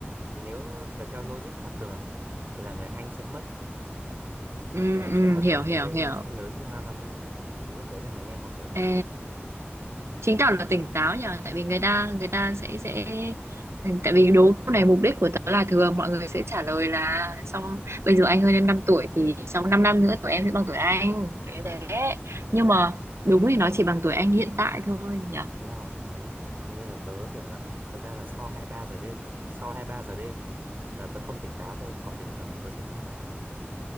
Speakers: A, on the right; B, on the right.
A: nếu mà theo logic khác thường là người anh sẽ mất
B: ừ,
A: người anh
B: ừ
A: sẽ mất
B: hiểu
A: còn
B: hiểu
A: người
B: hiểu
A: em sẽ lớn thêm 5 năm nữa thì lúc đấy là người em bằng tuổi người
B: ê
A: anh
B: chứng tỏ là tỉnh táo nhờ tại vì người ta người ta sẽ sẽ tại vì đố câu này mục đích của tớ là thường mọi người sẽ trả lời là sau bây giờ anh hơn em 5 tuổi thì sau 5 năm năm nữa tụi em sẽ bằng tuổi anh thế
A: ờ đấy
B: thế nhưng mà đúng thì nó chỉ bằng tuổi anh hiện tại thôi nhỉ
A: đúng rồi đấy nên là tớ kiểu là thật ra là sau hai ba giờ đêm là sau hai ba giờ đêm là tớ không tỉnh táo thôi còn bình thường thì tớ sẽ tỉnh táo